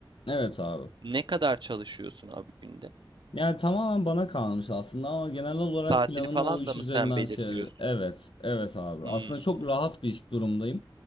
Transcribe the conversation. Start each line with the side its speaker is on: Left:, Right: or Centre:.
Left: Evet abi.
Right: Ne kadar çalışıyorsun abi günde?
Left: Yani tamamen bana kalmış aslında ama genel olarak
Right: Saatini
Left: planımı
Right: falan
Left: o iş
Right: da mı
Left: üzerinden
Right: sen belirliyorsun?
Left: şey... Evet, evet abi.
Right: Hmm.
Left: Aslında çok rahat bir iş durumdayım.